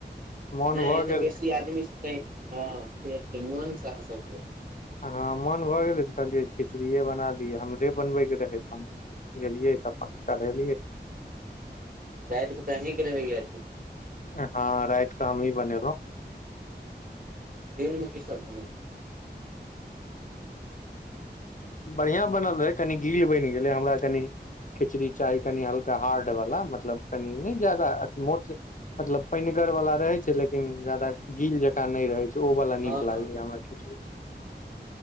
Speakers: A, on the left (about 45°); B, on the right (about 50°).
A: मोन
B: नै
A: भऽ
B: तऽ
A: गेल
B: बेसी आदमी सैन हँ मोन से आहाँ सब के।
A: हँ मोन भऽ गेलै तऽ कहलियै खिचड़िए बना दियऽ हमरे बनबै के रहै खाना। गेलियै तब तऽ चरहेलियै।
B: रैयत के तऽ अहीं के रहैया?
A: हँ राइत के हमहीं बनेलौ।
B: देिनमे की सब बनल?
A: बढ़ियां बनल रहै कनि गिल बैन गेलै हमरा कनि। खिचड़ी चाही कनि हल्का हार्ड वाला मतलब कनि नै जादा मोट मतलब पेैनगर वला रहे छै लेकिन जादा गील जकाँ नै रहेै छै। ओ बला
B: हँ
A: नीक
B: हँ
A: लागै या हमरा खिचड़ी।